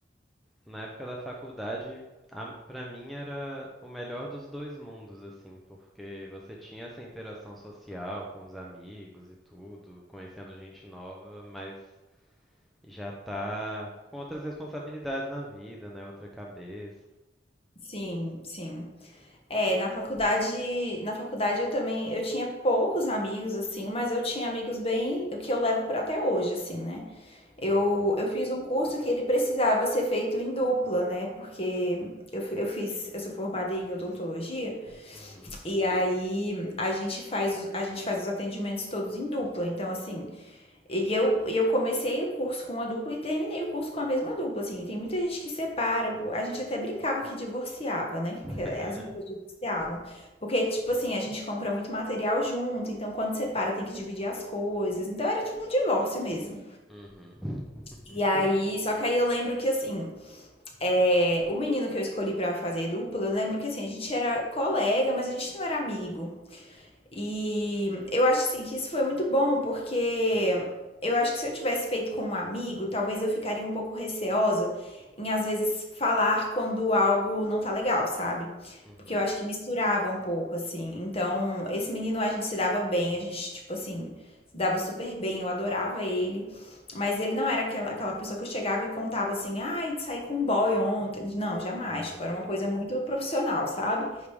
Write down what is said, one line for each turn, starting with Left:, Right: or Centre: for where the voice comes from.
Centre: Na época da faculdade, a- pra mim era o melhor dos dois mundos, assim, porque você tinha essa interação social com os amigos e tudo, conhecendo gente nova, mas Já tá com outras responsabilidades na vida, né? Outra cabeça.
Left: Sim, sim. É, na faculdade, na faculdade eu também, eu tinha poucos amigos assim, mas eu tinha amigos bem, o que eu levo para até hoje assim, né? Eu,
Centre: Uhum,
Left: eu fiz um curso que ele precisava ser feito em dupla, né? Porque eu, fi- eu fiz, eu sou formada em odontologia,
Centre: uhum.
Left: e aí a gente faz, a gente faz os atendimentos todos em dupla. Então, assim, e eu, e eu comecei o curso com uma dupla e terminei o curso com a mesma dupla, assim. Tem muita gente que separa, a gente até brincava que divorciava, né?
Centre: <laughs>
Left: Que as duplas divorciavam. Porque, tipo assim, a gente compra muito material junto, então quando separa tem que dividir as coisas. Então era tipo um divórcio mesmo.
Centre: Uhum. <laughs>
Left: E aí, só que aí eu lembro que, assim, é, o menino que eu escolhi pra fazer dupla, eu lembro que, assim, a gente era colega, mas a gente não era amigo. E eu acho assim, que isso foi muito bom, porque eu acho que se eu tivesse feito com um amigo, talvez eu ficaria um pouco receosa em às vezes falar quando algo não tá legal, sabe?
Centre: Uhum.
Left: Porque eu acho que misturava um pouco, assim. Então, esse menino a gente se dava bem, a gente, tipo assim, se dava super bem, eu adorava ele. Mas ele não era aquela, aquela pessoa que eu chegava e contava assim, ai, saí com um boy ontem. Não, jamais.
Centre: Aham.
Left: Tipo, era uma coisa muito profissional, sabe?